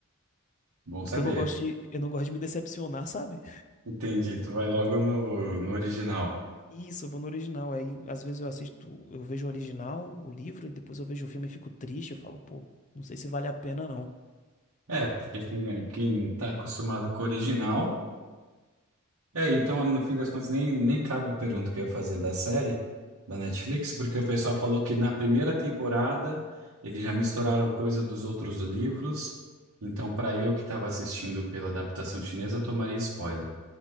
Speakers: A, on the right; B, on the left.
A: Bom
B: porque
A: saber.
B: eu não gosto de, eu não gosto de me decepcionar, sabe?
A: Entendi, tu vai logo no, no original.
B: Isso, eu vou no original. Aí às vezes eu assisto, eu vejo o original, o livro, e depois eu vejo o filme e fico triste. Eu falo, pô, não sei se vale a pena não.
A: É, porque quem, é, quem tá acostumado com o original. É, então, no fim das contas, nem, nem cabe a pergunta que eu ia fazer da série, da Netflix, porque o pessoal falou que na primeira temporada eles já misturaram coisa dos outros livros. Então, para eu que estava assistindo pela adaptação chinesa, eu tomaria spoiler.